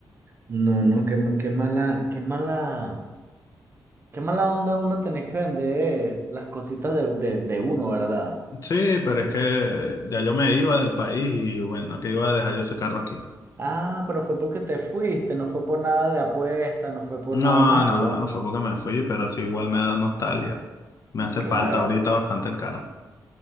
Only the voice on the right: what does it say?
No, no, qué, ma- qué mala, qué mala, qué mala onda uno tener que vender las cositas de, de, de uno, ¿verdad?
Ah, pero fue porque te fuiste, no fue por nada de apuesta, no fue por
nada malo.
Claro,